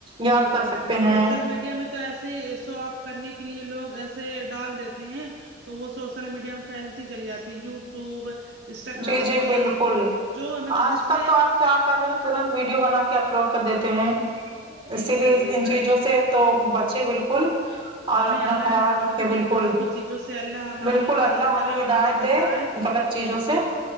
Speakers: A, on the right; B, on the right.
A: یاد
B: جی
A: کر
B: جی
A: سکتے ہیں
B: سوشل میڈیا میں تو ایسے ہی سو آف کرنے کے لیے لوگ ایسے ڈال دیتے ہیں تو وہ سوشل میڈیا میں پھیلتی چلی جاتی یوٹیوب انسٹاگررام
A: جی جی
B: فیس
A: بالکل
B: بک جو مطلب
A: آج
B: جس
A: کل
B: میں
A: تو آپ کیا کر رہے ہو ترنت ویڈیو بنا کے اپلوڈ کر دیتے ہیں
B: بے
A: اسی لیے
B: شک بے
A: ان
B: شک
A: چیزوں سے تو بچے بالکل اور
B: ہمیں
A: اپنا
B: اللہ
A: خیال
B: ان
A: رکھے
B: مطلب
A: بالکل
B: ان فالتو چیزوں سے اللہ ہماری
A: بالکل
B: حفاظت
A: اللہ ہمیں
B: کرے اور
A: ہدایت دے
B: بچائے
A: غلط چیزوں
B: جی
A: سے